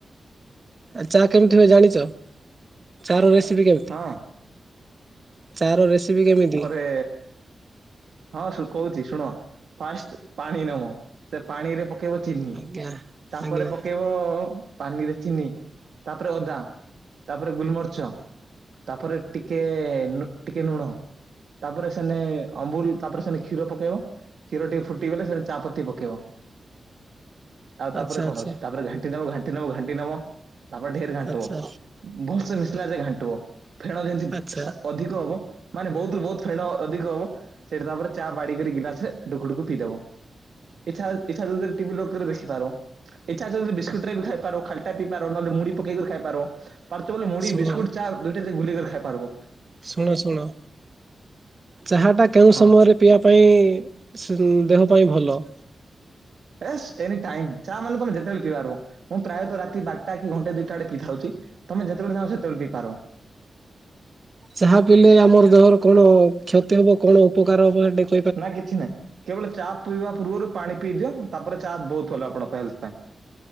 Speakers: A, on the right (about 40°); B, on the right (about 75°).
A: ଆ ଚା କେମିତି ହୁଏ ଜାଣିଚ ଚା ର ରେସିପି କେମିତି?
B: ହଁ
A: ଚା ର ରେସିପି କେମିତି?
B: ସେ ହଁ ଶୁଳ୍ କହୁଛି ଶୁଣ, ଫାଷ୍ଟ ପାଣି ନମ, ସେ ପାଣିରେ ପ ପକେଇବ ଚିନି,
A: ଆଜ୍ଞା
B: ତାପରେ
A: ଆଜ୍ଞା
B: ପକେଇବ <unintelligible> ପାନିରେ ଚିନି, ତାପରେ ଅଦା, ତାପରେ ଗୁଲମରିଚ। ତାପରେ ଟିକେ ନୁ ଟିକେ ନୁଣ, ତାପରେ ସେନେ ଅମ୍ବୁଲ ତାପରେ ସେନେ କ୍ଷୀର ପକେଇବ, କ୍ଷୀର ଟିକେ ଫୁଟିଗଲେ ସେନେ ଚାପତି ପକେଇବ। ଆଉ ତାପରେ
A: ଆଚ୍ଛା
B: କଣ
A: ଆଚ୍ଛା
B: ଅଛି ତାପରେ ଘାଣ୍ଟି ଦବ, ଘାଣ୍ଟି ନବ, ଘାଣ୍ଟି ନବ, ତାପରେ ଢେର ଘାଣ୍ଟିବ।
A: ଆଚ୍ଛା
B: ଭଲସେ ମିଶିଲା ଯାଏ ଘାଣ୍ଟିବ, ଫେଣ ଯେନ୍ତି
A: ଆଚ୍ଛା
B: ସା ଅଧିକ ହବ। ମାନେ ବହୁତ ବହୁତ ଫେଣ ଅଧିକ ହବ, ସେଇଠି ତାପରେ ଚା ବାଡିିକିରି ଗିଲାସେ ଢୁକୁଢୁକୁ ପିଇଦବ। ଇଚ୍ଛା, ଇଚ୍ଛା ଯଦି ଟିଭି ଲକ୍ କରି ଦେଖିପାର। ଇଚ୍ଛା ଯଦି ବିସ୍କୁଟରେ ବି ଖାଇପାର, ଖାଲଟା ପିଇ ପାର, ନହଲେ ମୁଡି ପକେଇକି ଖାଇପାରିବ। ପାରୁଚ ବୋଲି ମୁଢି,
A: ଶୁଣ
B: ବିସ୍କୁଟ, ଚା ଦୁଇଟା ଯାକ ଗୁଲିିକରି ଖାଇ ପାରିବ।
A: ଶୁଣ ଶୁଣ, ଚାହାଟା କେଉଁ
B: ହଁ।
A: ସମୟରେ ପିଇବା ପାଇଁ ଦେହ ପାଇଁ ଭଲ।
B: ଏସ୍ ଏନି ଟାଇମ୍ ଚା ମାନେ ତମେ ଯେତେବେଳେ ପିଇପାରବ। ମୁଁ ପ୍ରାୟତଃ ରାତି ବାରଟା କି ଘଣ୍ଟେ ଦୁଇଟା ଆଡ଼େ କି ଥାଉଛି, ତମେ ଯେତେବେଳେ ଚାହଁ ସେତେବେଳେ ପିଇପାରବ।
A: ଚାହା ପିଇଲେ ଆମର ଦେହର କଣ କ୍ଷତି ହବ କଣ ଉପକାର ହବ <unintelligible>
B: ନା କିଛି ନାହିଁ କେବଳ ଚା ପିଇବା ପୂର୍ବରୁ ପାଣି ପିଇ ଦିଅ ତାପରେ ଚା ବହୁତ ଭଲ ଆପଣଙ୍କ ହେଲ୍ଥ ପାଇଁ।